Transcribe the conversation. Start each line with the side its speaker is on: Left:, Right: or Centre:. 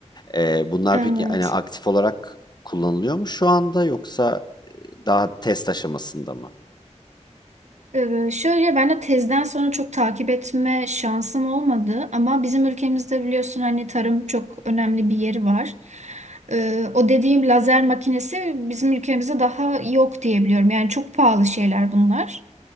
Left: E, bunlar
Right: Evet.
Left: peki hani aktif olarak kullanılıyor mu şu anda yoksa e, daha test aşamasında mı?
Right: Ee, Şöyle ben de tezden sonra çok takip etme şansım olmadı ama bizim ülkemizde biliyorsun hani tarım çok önemli bir yeri var. Ee, o dediğim lazer makinesi bizim ülkemizde daha yok diye biliyorum. Yani çok pahalı şeyler bunlar.